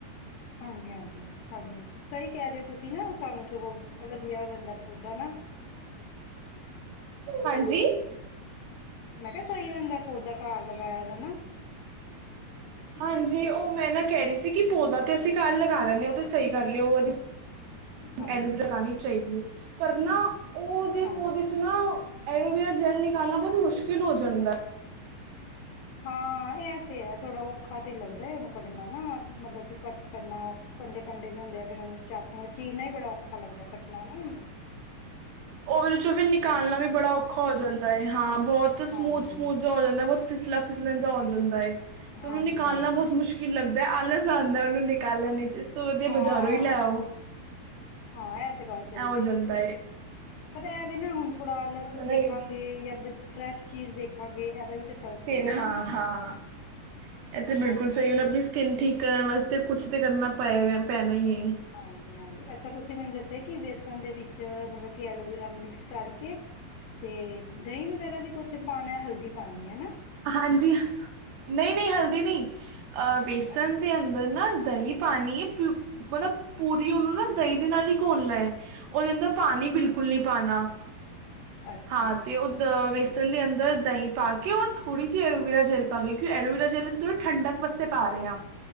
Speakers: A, on the left; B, on the right.
A: ਹਾਂਜੀ ਹਾਂਜੀ ਹਾਂਜੀ ਸਹੀ ਕਹਿ ਰਹੇ ਹੋ ਤੁਸੀਂ ਨਾ ਸਾਨੂੰ ਜੌ ਵਧੀਆਂ ਰਹਿੰਦਾ ਪੌਦਾ ਨਾ
B: ਹਾਂਜੀ
A: ਮੈਂ ਕਿਹਾ ਸਹੀ ਰਹਿੰਦਾ ਪੌਦਾ ਘਰ ਲਗਾਇਆਂ ਦਾ
B: ਹਾਂਜੀ ਉਹ ਮੈਂ ਨਾ ਕਹਿ ਰਹੀ ਸੀ। ਕਿ ਪੌਦਾ ਤੇ ਅਸੀਂ ਘੱਰ ਲਗਾਂ ਲੈਂਦੇ ਹ ਉਹ ਤੇ ਸਹੀ ਗੱਲ ਐ।
A: ਹਾਂਜੀ
B: ਐਲੋਵੀਰਾ ਲਗਾਨੀ ਚਾਹੀਦੀ ਹੈ ਪਰ ਨਾ ਉਹਦੇ
A: ਹਾਂਜੀ
B: ਪੌਦੇ ਚ ਨਾ ਐਲੋਵੇਰਾ ਜੈੱਲ ਜੈਲ ਨਿਕਾਲਣਾ ਬਹੁਤ ਮੁਸ਼ਕਿਲ ਹੋ ਜਾਂਦਾ।
A: ਹਾਂ ਇਹ ਤੇ ਹੈ ਥੋੜਾ ਔਖਾ ਤੇ ਲੱਗਦਾ ਉਹਨੂੰ ਕੱਢਣਾ ਨਾ ਮਤਲਬ ਕਿ ਕਟ ਕਰਨਾਂ ਕੰਢੇ ਕੰਢੇ ਚ ਹਦੇ ਆ ਫਿਰ ਉਹ ਨੂੰ ਚਾਕੂ ਨਾਲ ਚੀਰਨਾ ਈ ਬੜਾ ਔਖਾ ਲੱਗਦਾ, ਕੱਟਣਾ ਨਾ ਓਨੁ।
B: ਓ ਵਾਲੇ ਚੋਂ ਫੇ ਨਿਕਾਲਣਾ
A: ਨਾ
B: ਵੀ ਬੜਾ ਔਖਾ ਔਖਾ ਹੋ ਜਾਂਦਾ ਏ ਹਾਂ, ਬਹੁਤ
A: ਹਾਂਜੀ
B: ਸਮੂਦ-ਸਮੂਦ ਜੇਆ ਹੋ ਜਾਂਦਾ ਏ, ਬੋਤ ਫਿਸਲਾ ਫਿਸਲਣ ਜਾ ਹੋ ਜਾਂਦਾ ਏ। ਤੇ
A: ਹਾਂਜੀ
B: ਓਨੂੰ ਨਿਕਾਲਣਾ
A: ਹਾਂਜੀ
B: ਬਹੁਤ ਮੁਸ਼ਕਿਲ ਲੱਗਦਾ, ਆਲਸ ਆਂਦਾ ਏ ਓ ਨੂੰ ਨਿਕਾਲਣ ਚ। ਇਸ ਤੋਂ ਵਧੀਆ
A: ਹਾਂ
B: ਬਜ਼ਾਰੋਂ ਈ ਲੈ ਆਓ,
A: ਹਾਂ ਇਹ ਤੇ ਗੱਲ ਸਹੀ
B: ਐ ਹੋ
A: ਕਹੀਏ
B: ਜਾਂਦਾ
A: ਤੁਸੀਂ
B: ਏ।
A: ਪਤਾ ਏਵੀ ਨਾ ਹੁਨ ਥੋੜਾ ਆਲਸ
B: ਨਹੀਂ
A: ਦੇਖਾਂਗੇ ਯਾਂ ਫਰੈਸ਼ ਚੀਜ਼ ਦੇਖਾਂਗੇ ਵੀ ਤੇ ਫ਼ਰਕ
B: ਫੇਰ,
A: ਪੈਂਦਾ
B: ਹਾਂ-ਹਾਂ।
A: ਨਾ
B: ਏ ਤੇ ਬਿਲਕੁਲ
A: ਇਸ
B: ਸਹੀ
A: ਕਰਕੇ
B: ਏ, ਹੁਨ ਅਪਨੀ ਸਕਿੰਨ ਠੀਕ ਕਰਨ ਵਾਸਤੇ ਕੁੱਛ ਤੇ ਕਰਨਾ ਪਏਗਾ ਪੈਣਾ ਈਏ।
A: ਹਾਂਜੀ-ਹਾਂਜੀ ਅੱਛਾ, ਤੁਸੀਂ ਮੈਨੂੰ ਦੱਸਿਆ ਕਿ ਬੇਸਣ ਦੇ ਵਿੱਚ ਮਤਲਬ ਕਿ ਐਲੋਵਰਾ ਮਿਕਸ ਕਰਕੇ ਤੇ ਦਈਂ ਵਗੈਰਾ ਵੀ ਕੁਛ ਪਾਣਾ ਹਲਦੀ ਪਾਣੀਏ, ਹੈਨਾ?
B: ਹਾਂਜੀ, ਨਈਂ-ਨਈਂ ਹਲਦੀ ਨਈਂ, ਅਹ ਬੇਸਨ
A: ਅੱਛਾ
B: ਦੇ ਅੰਦਰ ਨਾ ਦਹੀਂ ਪਾਣੀ ਏ, ਮਤਲਬ ਪੂਰੀ ਓਨੂੰ ਨਾ ਦਈਂ ਦੇ ਨਾਲ ਹੀ ਘੋਲਣਾ। ਓਦੇ ਅੰਦਰ ਪਾਣੀ
A: ਅੱਛਾ
B: ਬਿਲਕੁਲ ਨੀਂ ਪਾਣਾ,
A: ਅੱਛਾ
B: ਹਾਂ ਤੇ ਓ ਦ ਵੇਸਨ ਦੇ ਅੰਦਰ ਦਹੀਂ ਪਾ ਕੇ ਔਰ ਥੋੜੀ ਜਿ ਐਲੋਵਿਰਾ ਜੈਲ ਪਾ ਕੇ, ਕਿਉ ਐਰੋਵੀਰਾ ਜੈਲ ਥੋੜਾ ਠੰਡਕ ਬਸ ਤੇ ਤਾਰੇ ਆਂ।